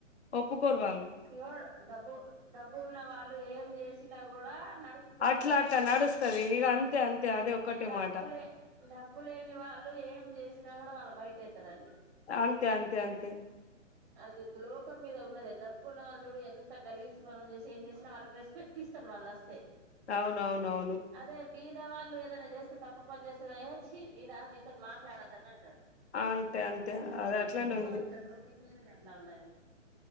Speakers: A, on the left (about 55°); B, on the right (about 35°).
A: ఒప్పుకోరు వాళ్ళు
B: ఇవ డబ్బు డబ్బు ఉన్నవాళ్ళు ఏం చేసినా కూడా నడుస్
A: అట్లా అట్లా నడుస్తది ఇగ అంతే అంతే అదే ఒక్కటే
B: డబ్బులే
A: మాట
B: డబ్బులేని వాళ్ళు ఏం చేసినా కూడా వాళ్ళు బయట ఎత్తరండి
A: అంతే అంతే అంతే
B: అది గ్రోకం మీద ఉన్నది డబ్బు ఉన్న వాళ్ళు చూడు ఎంత గలిసి పనులు చేసి ఏం చేసినా వాళ్ళకి రెస్పెక్ట్ ఇస్ త్తర్ వల్ వస్తే
A: అవునవునవును
B: అదే బీదవాళ్ళు ఏదైనా చేస్తే తప్పు పని చేస్తే ఏ చీ దీదా దీంతో మాట్లాడొద్దని అంటారు
A: అంతే అంతే
B: అది
A: అట్లనే
B: ఎందుకు
A: ఉంది
B: అట్లలు ముందున అట్లా ఉన్నది